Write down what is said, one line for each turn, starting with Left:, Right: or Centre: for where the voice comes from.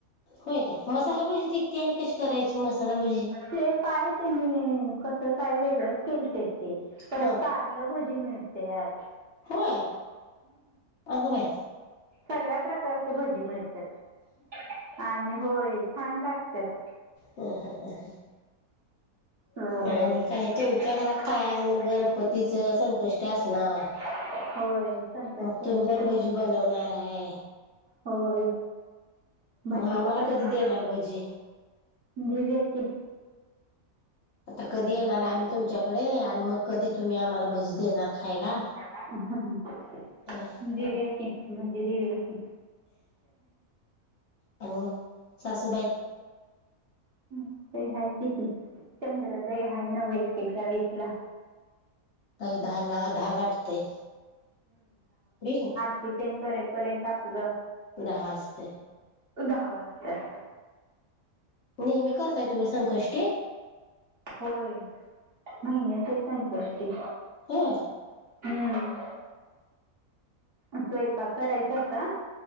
Left: होय का मसाला भजी तिकती आणि कशी करायची मसालाभजी.
Right: ते काय त्यांनी कसं काय वेगळंच केलते ते. परत
Left: ह
Right: कारलं भजी मिळत्यात.
Left: होय ग बाय
Right: सगळ्या प्रकारचे भजी मिळतात आणि होय छान लागतात.
Left: ह हां ह हां
Right: अ
Left: आणि काय तुमच्या घरात
Right: खायला
Left: काय आज मग गणपतीचं संकष्टी असणार.
Right: होय संकष्टी
Left: मग तुम्ही
Right: आहे की
Left: पण भजी बनवणार आहे
Right: होय. भजीच
Left: मग आम्हाला
Right: करणारय
Left: कधी देणार भजी
Right: देवुयाकी
Left: आता कधी येणार आम्ही तुमच्याकडे आणि मग कधी तुम्ही आम्हाला भजी देणार खायला.
Right: <unintelligible>
Left: <inaudible>
Right: देवुयाकी भजी देवुयाकि.
Left: आवो मग सासूबाय?
Right: मग ते हायते की द चंद्रोदय हाय नव एकेचाळीस ला.
Left: काही दहा ला दहा गाठतेय. गईला
Right: कितेन करेपर्यंत आपलं
Left: दहा वाजतय.
Right: दहा वाजत्यात.
Left: नेहमी करताय तुम्ही संकष्टी?
Right: होय महिन्याचीय संकष्टी.
Left: होय
Right: हम्म स्वयंपाक करायचा आता.